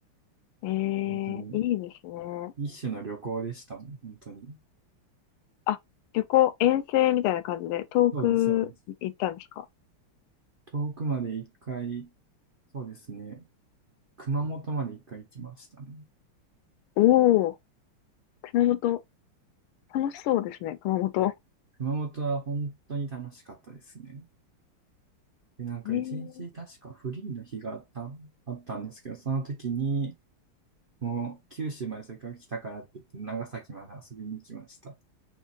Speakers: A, on the left; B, on the right.
A: ええいいですね。
B: 本当に。一種の旅行でしたもん、本当に。
A: あ、旅行、遠征みたいな感じで、遠く行ったんですか
B: そうです、そうです。遠くまで一回、そうですね。熊本まで一回行きましたね。
A: おおー、熊本、楽しそうですね、熊本。
B: 熊本は本当に楽しかったですね。で、なんか一日確かフリーの日があった、
A: ええ
B: あったんですけど、その時に、もう九州までせっかく来たからって言って、長崎まで遊びに行きました。